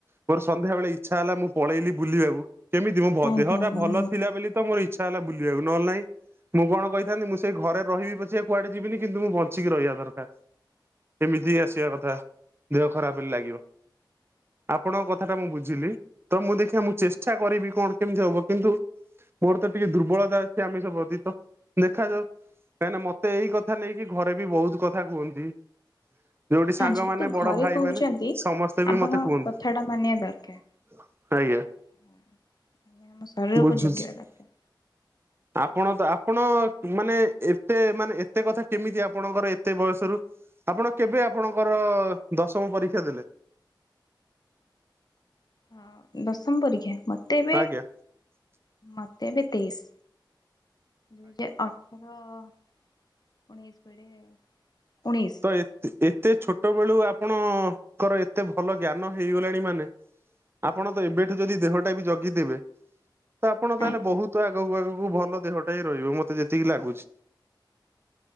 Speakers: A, on the right; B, on the left.
A: ମୋର ସନ୍ଧ୍ୟାବେଳେ ଇଛା ହେଲା ମୁଁ ପଳେଇଲି ବୁଲିବାକୁ କେମିତି ମୋ ବ
B: ଆଜ୍ଞା
A: ଦେହ ଟା ଭଲ
B: ମୁଁ ଭୁଲ
A: ଥିଲା
B: କଲି।
A: ବୋଲି ତ ମୋର ଇଚ୍ଛା ହେଲା ବୁଲିବାକୁ ନହେଲେ ନାଇଁ। ମୁଁ କଣ କହିଥାନ୍ତି ମୁଁ ସେଇ ଘରେ ରହିବି ପଛେ କୁଆଡେ ଯିବିନି କିନ୍ତୁ ମୁଁ ବଞ୍ଚିକି ରହିବା ଦରକାର। ଏମିତି ଆସିବା କଥା ଦେହ ଖରାପ ହେଲେ ଲାଗିବ। ଆପଣଙ୍କ କଥା ଟା ମୁଁ ବୁଝିଲି ତ ମୁଁ ଦେଖିବା ମୁଁ ଚେଷ୍ଟା କରିବି କଣ କେମିତି ହବ କିନ୍ତୁ ମୋର ତ ଟିକେ ଦୁର୍ବଳତା ଅଛି ଆମିଷ ପ୍ରତି ତ ଦେଖାଯାଉ କାହିଁକିନା ମୋତେ ଏଇ କଥା ନେଇକି ଘରେ ବି ବହୁତ କଥା କୁହନ୍ତି। ଯୋଉଠି ସାଙ୍ଗମାନେ
B: ହଁ ଯେହେତୁ
A: ବଡ଼
B: ଘରେ
A: ଭାଇମାନେ
B: କହୁଛନ୍ତି
A: ସମସ୍ତେ ବି
B: ଆପଣ
A: ମତେ କୁହନ୍ତି।
B: କଥାଟା ମାନିବା ଦରକାର।
A: ଆଜ୍ଞା।
B: <unintelligible>
A: ବୁଝୁଛି।
B: ଜଗିବା ଦରକାର।
A: ଆପଣ ତ ଆପଣ ମାନେ ଏତେ ମାନେ ଏତେ କଥା କେମିତି ଆପଣଙ୍କର ଏତେ ବୟସରୁ ଆପଣ କେବେ ଆପଣଙ୍କର ଦଶମ ପରୀକ୍ଷା ଦେଲେ?
B: ହଁ ଦଶମ ପରୀକ୍ଷା ମୋତେ ଏବେ
A: ଆଜ୍ଞା
B: ମତେ ଏବେ ତେଇଶି ଦୁଇ ହଁ ଆଜ୍ଞା ଅ <unintelligible> ଉଣେଇଶ ପରେ ଉଣେଇଶ।
A: ତ ଏତେ ଏତେ ଛୋଟ ବେଳୁ ଆପଣଙ୍କର ଏତେ ଭଲ ଜ୍ଞାନ ହେଇଗଲାଣି ମାନେ ଆପଣ ତ ଏବେଠୁ ଯଦି ଦେହଟା ବି ଜଗିଦେବେ ତ ଆପଣ ତାହେଲେ
B: ଆଜ୍ଞା
A: ବହୁତ ଆଗକୁ ଆଗକୁ ଭଲ ଦେହଟା ହି ରହିବ ମତେ ଯେତିକି ଲାଗୁଛି।